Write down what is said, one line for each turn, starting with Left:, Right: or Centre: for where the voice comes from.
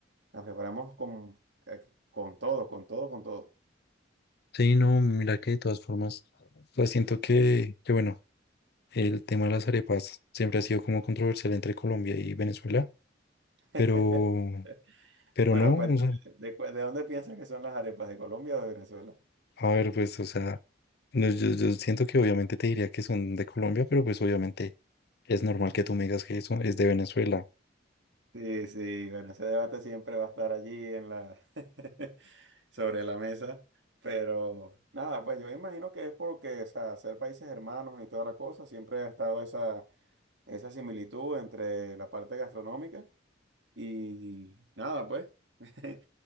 Right: las preparamos con, eh, con todo, con todo, con todo.
Left: Sí, no, mira que de todas formas, pues siento que, que bueno, el tema de las arepas siempre ha sido como controversial entre Colombia y Venezuela,
Right: <laughs>
Left: pero, pero
Right: Bueno,
Left: no,
Right: cuéntame,
Left: o sea,
Right: ¿de, cu- de dónde piensas que son las arepas? ¿De Colombia o de Venezuela?
Left: a ver, pues, o sea, No, yo, yo siento que obviamente te diría que son de Colombia, pero pues obviamente es normal que tú me digas que eso es de Venezuela.
Right: Sí, sí, bueno, ese debate siempre va a estar allí en la <laughs> sobre la mesa, pero nada, pues yo imagino que es porque, o sea, ser países hermanos y toda la cosa, siempre ha estado esa, esa similitud entre la parte gastronómica y nada, pues, <laughs>